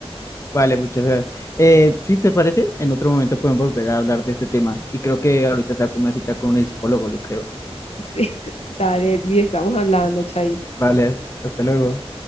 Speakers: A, on the left; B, on the left.
A: Vale, muchas gracias. Eh, si te parece, en otro momento podemos volver a hablar de este tema. Y creo que ahorita saco una cita con el psicólogo, yo creo.
B: <laughs> Sí. Dale, Elvis, estamos hablando, Chay.
A: Vale, hasta luego.